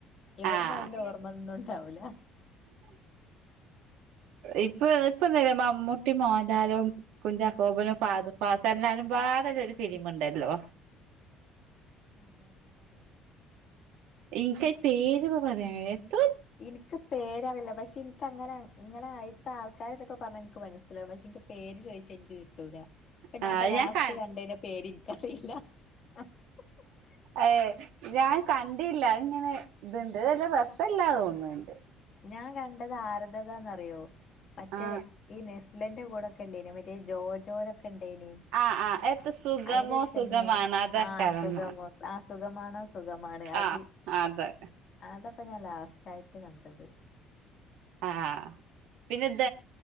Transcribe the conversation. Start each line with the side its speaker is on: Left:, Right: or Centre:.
Left: ഇവിടന്ന്
Right: ആഹ്
Left: അയിന്റെ ഓർമ്മൊന്നും ഇണ്ടാവൂല
Right: ഇപ്പൊ ഇപ്പൊന്നല്ല മമ്മൂട്ടി മോഹൻലാരും കുഞ്ചാക്കോബനും ഫാദ ഫാസ എലാരും പാ ആതല്ലൊ ഒരു ഫിലിമു ഉണ്ടല്ലോ
Left: ആ അത എനിക്കറിയില്ല
Right: എനിക്ക് അയ്യപപേര്പ്പ <unintelligible>
Left: എനിക്ക് പേരറില്ല പക്ഷെ എനിിക്കങ്ങനെ ഇങ്ങനെ ആയിത്ത ആൾക്കാ <unintelligible> ത്തൊക്കെ പറഞ്ഞാ എനിക്ക് മനസ്സിലാവും പക്ഷെ എനിക്ക് പേര് ചോദിച്ചാ എനിക്ക് കിട്ടൂല ഇപ്പൊ
Right: ആ
Left: ഞാൻപ്പൊ
Right: അത്
Left: ലാസ്റ്റ്
Right: ഞാൻ ക
Left: കണ്ടതിന്റെ പേര്നിക്കറിയില്ല <unintelligible>
Right: ഏ ഞാൻ കണ്ടില്ല ഇങ്ങനെ ഇതുണ്ട് വല്ല രസല്ലാ തോന്നുന്നുണ്ട്
Left: ഞാൻ കണ്ടത് ആര്ദതന്ന്റിയോ മറ്റേ
Right: ആ
Left: ഈ ഇലൻ്റെ കൂടെൊക്കെ ഉണ്ടായിും. മറ്റേ ജോ ജോൊക്കെ ഇണ്ടായ്നി
Right: ആ ആ എത്ത സുഖമോ
Left: അലൊരു ചങ്ങ
Right: സുഖമാണ് അതൊക്കെന്ന
Left: ആ സുഖമോ ആസ് സുഖമാണോ സുഖമാണ് അത്
Right: ആ അതെ
Left: അത ഇപ്പൊ ഞാൻ ലാസ്റ്റ് ആയിട്ട് കണ്ടത്
Right: ആഹ് പിന്നെന്ത